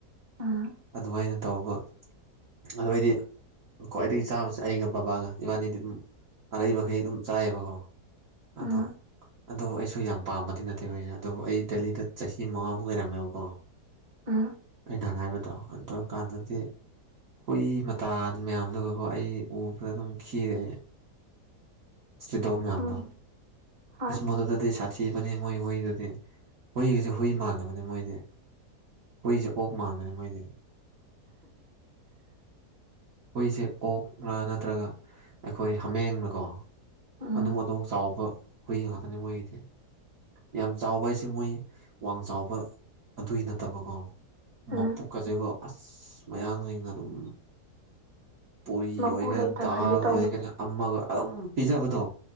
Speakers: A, on the right; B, on the right.
A: ꯎꯝ
B: ꯑꯗꯨꯃꯥꯏꯅ ꯇꯧꯕ ꯑꯗꯨꯑꯣ ꯑꯣꯏꯗꯤ ꯈ꯭ꯋꯥꯏꯗꯒꯤ ꯆꯥꯕꯁꯦ ꯑꯩꯒ ꯕꯕꯥꯒ ꯏꯕꯥꯅꯤꯗꯤ ꯑꯗꯨꯝ ꯑꯔꯛꯩꯕꯈꯩ ꯑꯗꯨꯝ ꯆꯥꯏꯑꯕꯀꯣ ꯑꯗꯣ
A: ꯎꯝ
B: ꯑꯗꯨ ꯑꯩꯁꯨ ꯌꯥꯝ ꯄꯥꯝꯕꯗꯤ ꯅꯠꯇꯦ ꯍꯨꯏꯁꯦ ꯑꯗꯨꯕꯨ ꯑꯩ ꯗꯦꯂꯤꯗ ꯆꯍꯤ ꯃꯉꯥꯃꯨꯛ ꯂꯩꯔꯝꯃꯦꯕꯀꯣ
A: ꯑꯥ
B: ꯑꯩꯅ ꯍꯥꯏꯕꯗꯣ ꯑꯗꯨ ꯀꯥꯟꯗꯗꯤ ꯍꯨꯏ ꯃꯇꯥ ꯃꯌꯥꯝꯗꯨꯒꯀꯣ ꯑꯩ ꯎꯕꯗ ꯑꯗꯨꯝ ꯈꯤꯔꯦ ꯁꯤꯇꯔꯤꯠ ꯗꯣꯛ ꯃꯌꯥꯝꯗꯣ
A: ꯎꯝ ꯍꯣꯏ
B: ꯑꯁ ꯃꯗꯨꯗꯗꯤ ꯁꯥꯊꯤꯕꯅꯤ ꯃꯣꯏ ꯍꯨꯏꯗꯗꯤ ꯍꯨꯏꯒꯁꯦ ꯍꯨꯏ ꯃꯥꯟꯗꯕꯅꯤ ꯃꯣꯏꯗꯤ ꯍꯨꯏꯁꯦ ꯑꯣꯛ ꯃꯥꯟꯕꯅꯦ ꯃꯣꯏꯗꯤ ꯍꯨꯏꯁꯦ ꯑꯣꯛꯅꯥ ꯅꯠꯇ꯭ꯔꯒ ꯑꯩꯈꯣꯏ ꯍꯥꯃꯦꯡꯅꯀꯣ
A: ꯎꯝ
B: ꯑꯗꯨꯝ ꯑꯗꯨꯃꯛ ꯆꯥꯎꯕ ꯍꯨꯏ ꯉꯥꯛꯇꯅꯤ ꯃꯣꯏꯒꯤꯗꯤ ꯌꯥꯝ ꯆꯥꯎꯕ ꯍꯥꯏꯁꯦ ꯃꯣꯏ ꯋꯥꯡ ꯆꯥꯎꯕ ꯑꯗꯨꯏ ꯅꯠꯇꯕꯀꯣ
A: ꯎꯝ
B: ꯃꯄꯀꯁꯤꯒꯣ ꯑꯁ ꯃꯌꯥꯡꯁꯤꯡꯅ ꯑꯗꯨꯝ ꯄꯨꯔꯤ
A: ꯃꯄꯨ
B: ꯑꯣꯏꯒꯦꯔꯥ
A: ꯂꯩꯇꯕꯒꯤ
B: ꯗꯥꯜ
A: ꯇꯧꯕꯗꯣ
B: ꯑꯣꯏꯒꯦꯔꯥ ꯑꯃ ꯑꯗꯨꯝ ꯄꯤꯖꯕꯗꯣ